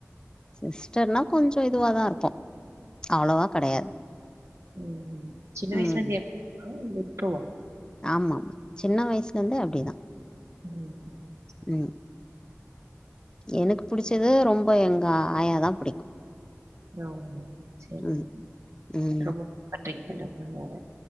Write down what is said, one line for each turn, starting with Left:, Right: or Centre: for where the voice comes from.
Left: சிஸ்டர்னா கொஞ்ச இதுவாதா இருப்போ அவ்ளோவா கெடையாது
Right: ம் ம் சின்ன வயசுல
Left: ம்
Right: இருந்தே அப்டிதானா இல்ல இப்போவா
Left: ஆமா சின்ன வயசுல இருந்து அப்டிதா
Right: ம் ம்
Left: ம் எனக்கு புடிச்சது ரொம்ப எங்க ஆயாதா புடிக்கு
Right: ஓ ஓ செரி
Left: ம்
Right: மேம்
Left: ம்
Right: ரொம்ப பண்றீங்க மேடம் அதுனால